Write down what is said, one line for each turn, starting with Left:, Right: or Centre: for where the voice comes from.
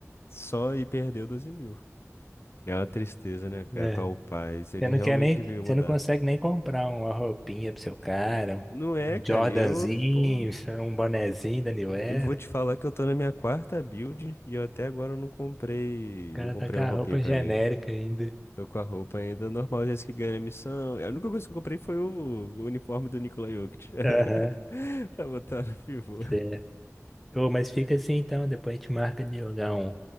Left: Só e perdeu doze mil. É uma tristeza, né, cara?
Centre: É.
Left: Para o pai. Ele
Centre: Você não
Left: realmente
Centre: quer nem,
Left: devia
Centre: você
Left: mudar.
Centre: não consegue nem comprar uma roupinha pro seu cara, um
Left: Não é,
Centre: um
Left: cara.
Centre: Jordanzinho,
Left: Eu, pô.
Centre: <laughs> um bonezinho da New Era.
Left: Eu vou te
Centre: O
Left: falar que eu tô na minha quarta build e eu até agora eu não comprei.
Centre: cara
Left: Não comprei
Centre: tá com
Left: uma
Centre: a
Left: roupinha
Centre: roupa
Left: pra
Centre: genérica
Left: mim.
Centre: ainda.
Left: Tô com a roupa ainda normal, já que ganha a missão. A única coisa que eu comprei foi o, o uniforme do Nikola Jokic. <laughs>
Centre: Aham,
Left: Pra botar no pivô.
Centre: certo. Ô, mas fica assim então, depois a gente marca de jogar um,